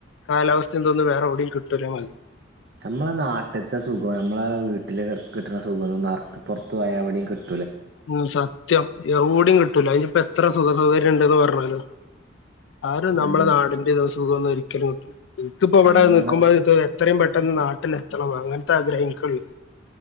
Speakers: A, on the left; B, on the right.
A: കാലാവസ്ഥയ എന്തോന്ന് വേറെ എവിടെൽ കിട്ടുല്ല ചെങ്ങായി
B: നമ്മളെ നാട്ടിലത്തെ സുഖം നമ്മളെ വീട്ടില് കിട്ടണ സുഖ നിറുത്ത് പുറത്ത് പോയ അവിടെയും കിട്ടുല്ല
A: ഉ സത്യം ഓടും കിട്ടൂല അനിപ്പോ എത്ര സുഖ സൗകര്യം ഉണ്ടന്ന് പറഞ്ഞാലും ോ ആര നമ്മെ
B: അതെ
A: നാടിന്റെ
B: അതെ
A: ദിവം സുക ഒന്ന ഒരിക്കലും കിട്ടില്ല എനിക്കിപ്പ ഇവിടെ
B: നമ്മളെ
A: നിൽക്കുമ്പോ എത്രയും പെട്ടെന്ന് നാട്ട ട്ടിലെത്തണം അങ്ങനത്തെ ആഗ്രഹം എനിക്കുള്ളൂ